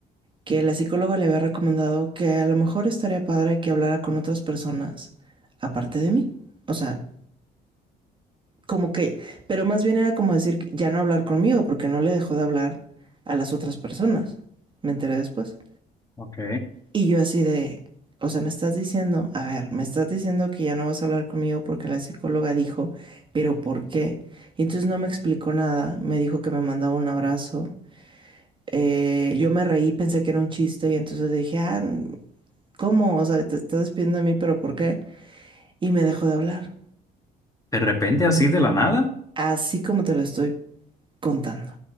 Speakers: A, on the right; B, on the left.
A: que la psicóloga le había recomendado que a lo mejor estaría padre que hablara con otras personas aparte de mí, o sea, como que, pero más bien era como decir, ya no hablar conmigo porque no le dejó de hablar a las otras personas, me enteré después.
B: Ok.
A: Y yo así de, o sea, me estás diciendo, a ver, me estás diciendo que ya no vas a hablar conmigo porque la psicóloga dijo, pero ¿por qué? Y entonces no me explicó nada, me dijo que me mandaba un abrazo. Eh, yo me reí, pensé que era un chiste y entonces dije, ah, ¿cómo? O sea, te estás despidiendo de mí, pero ¿por qué? Y me dejó de hablar,
B: ¿De repente así de la nada?
A: así como te lo estoy contando.